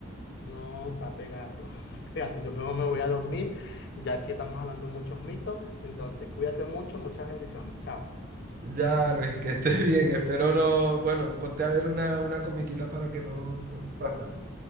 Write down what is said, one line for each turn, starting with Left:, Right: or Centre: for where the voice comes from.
Left: no, sape gato, <laughs> sape gato. Yo mejor me voy a dormir, ya que estamos hablando de muchos mitos. Entonces, cuídate mucho, muchas bendiciones. Chao.
Right: Ya, Luis, que estés <laughs> bien. Espero no. Bueno, ponte a ver una, una comiquita para que no, no sufras tanto.